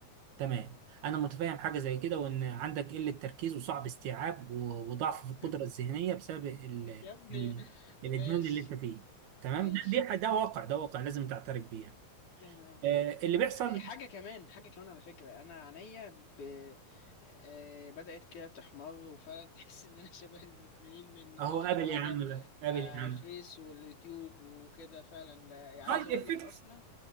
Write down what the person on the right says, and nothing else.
تمام انا متفاهم حاجه زي كده وان عندك قله تركيز وصعب استيعاب و- وضعف في القدره
الذهنيه بسبب ال...
ال... الادمان
اللي انت فيه تمام
ده ده ده واقع ده واقع لازم تعترف بيه يعني.
آه، اللي بيحصل
اهو
قابل
يا عم بقى قابل
يا عم
سايد
افكتس